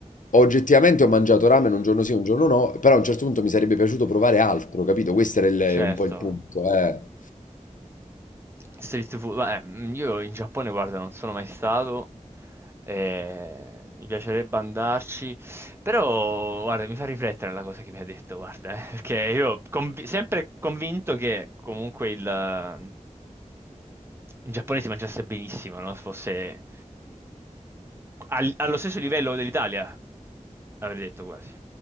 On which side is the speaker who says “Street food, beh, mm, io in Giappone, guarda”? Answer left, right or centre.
Right